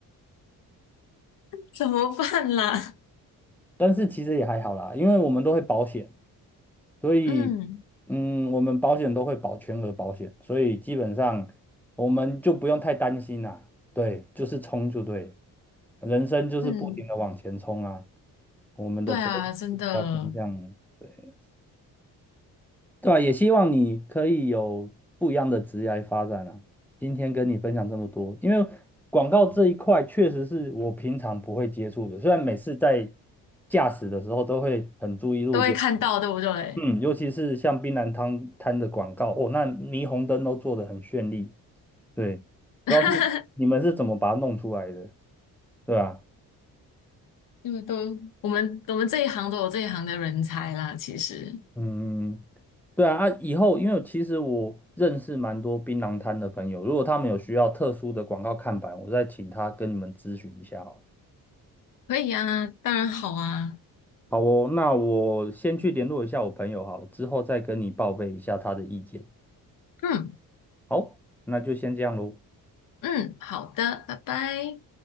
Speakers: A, on the left; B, in the centre.
A: 怎么办啦？
B: 但是其实也还好啦，因为我们都会保险，所以
A: 嗯
B: 嗯，我们保险都会保全额保险，所以基本上我们就不用太担心啦。对，就是冲就对了人生就是不停的往前冲啊。
A: 嗯，
B: 我们的责任比较偏向。
A: 对啊，真的
B: 对。对啊，也希望你可以有不一样的职业发展啊。今天跟你分享这么多，因为广告这一块确实是我平常不会接触的，虽然每次在驾驶的时候都会很注意路边，
A: 都会看到，对不对？
B: 嗯，尤其是像槟榔摊摊的广告，哦，那霓虹灯都做得很绚丽，对，不知道是你们是怎么把它弄出来的，
A: <laughs>
B: 对啊。
A: 因为都我们我们这一行都有这一行的人才啦，其实
B: 嗯，对啊，啊，以后因为其实我认识蛮多槟榔摊的朋友，如果他们有需要特殊的广告看板，我再请他跟你们咨询一下好了
A: 可以啊，当然好啊，
B: 好哦，那我先去联络一下我朋友好了，之后再跟你报备一下他的意见。
A: 嗯
B: 好，那就先这样喽。
A: 嗯，好的，拜拜。